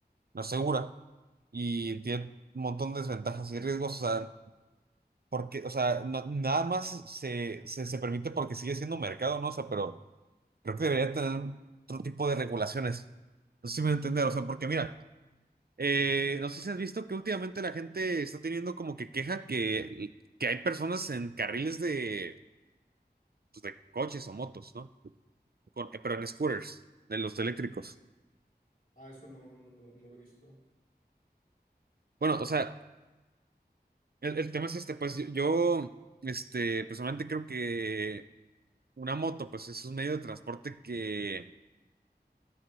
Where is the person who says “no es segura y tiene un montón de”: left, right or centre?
Right